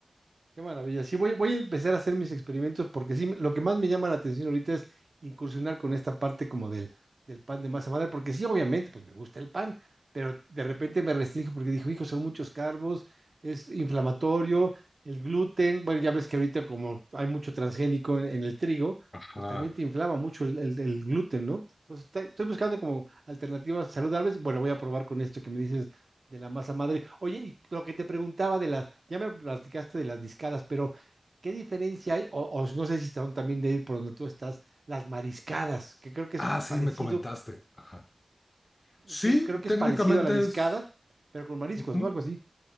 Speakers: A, on the right; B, on the left.
A: Qué maravilla. Sí, voy, voy a empezar a hacer mis experimentos porque sí, lo que más me llama la atención ahorita es incursionar con esta parte como del, del pan de masa madre, porque sí, obviamente, pues me gusta el pan, pero de repente me restringo porque dijo, hijo, son muchos carbos, es inflamatorio, el gluten, bueno, ya ves que ahorita como hay mucho transgénico en, en el trigo,
B: Ajá.
A: pues también te inflama mucho el, el- el gluten, ¿no? Entonces, está- estoy buscando como alternativas saludables y bueno, voy a probar con esto que me dices de la masa madre. Oye, y lo que te preguntaba de las, ya me platicaste de las discadas, pero ¿qué diferencia hay? O, o no sé si están también de ahí por donde tú estás, las mariscadas, que creo que es
B: Ah, sí,
A: parecido,
B: me comentaste. Ajá. Sí,
A: que es, creo que
B: técnicamente
A: es parecido a la discada,
B: es,
A: pero con mariscos,
B: ujú,
A: ¿no? Algo así.